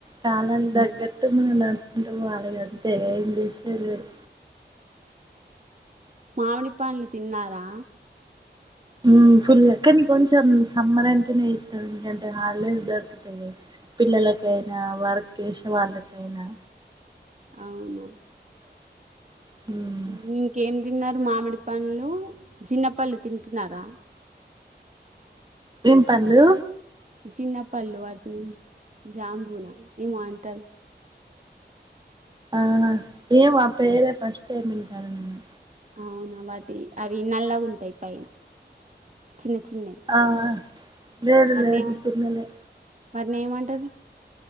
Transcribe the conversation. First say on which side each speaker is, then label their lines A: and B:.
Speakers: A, on the right; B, on the right.
A: కాలంతగ్గట్టు మనం నడుచుకుంటపో వాలెఅంతే ఏం చేసేలేదు.
B: మామిడి పండ్లుతిన్నారా?
A: ఉ ఫుల్ కాని కొంచెం సమ్మర్ అంటేనే ఇష్టం ఎందుకంటే హాలిడేస్ దొరుకు పిల్లలకైనా వర్క్ చేసే వాళ్ళకైనా
B: అవునా
A: ఉమ్
B: నీకేం తిన్నారు మామిడి పళ్ళు, జిన్న పళ్లు తింటున్నారా?
A: ఏం పళ్లు?
B: చిన్న పళ్లు వాటిని జామ్బునా ఏమో అంటర్‌
A: ఆహా ఏమో అపేరే ఫస్టైమ్ ఇంటండేది
B: అవునా వాటి అవి నల్లగా ఉంటాయి పైన చిన్న చిన్నవి.
A: ఆ లేదు
B: వాటిని
A: లేదు
B: ఏమో
A: తినలే
B: వాటిని ఏమంటారు?